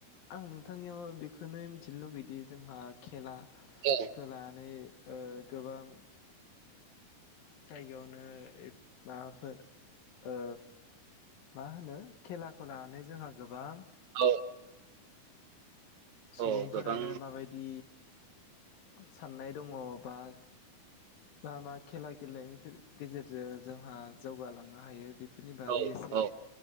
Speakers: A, on the left; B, on the right.
A: आं नोंथांनियाव बेखोनो मिथिनो लुगैदि जोंहा खेला
B: औ
A: खो लानै। ओ गोबां जायगायावनो माबाफोर ओ मा होनो? खेलाखौ लानानै जोंहा गोबां
B: औ
A: सुबुंफोरानो
B: औ गोबां
A: माबायदि साननाय दङ बा मा मा खेला गेलेनायनि गे-गेजेरजों जोंहा जौगालांनो हायो बे बेफोरनि बागै
B: औ
A: एसे
B: औ